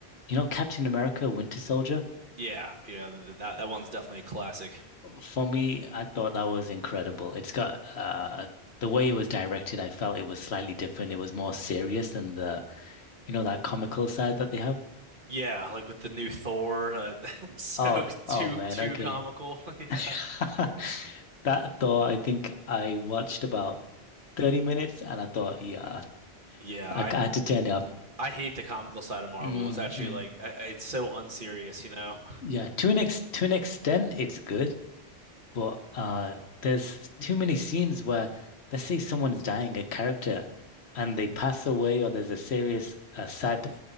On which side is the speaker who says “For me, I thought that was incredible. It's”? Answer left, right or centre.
Left